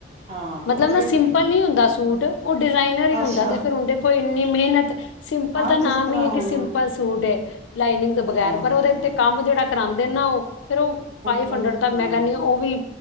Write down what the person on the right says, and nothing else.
ਹਾਂ
ਉਹ ਫਿਰ
ਠੀਕ
ਹੈ।
ਅੱਛਾ
ਹਾਂ
ਜਿਸ ਤਰ੍ਹਾਂ
ਹੁਣ
ਹਾਂ
ਉਹ
ਹਾਂ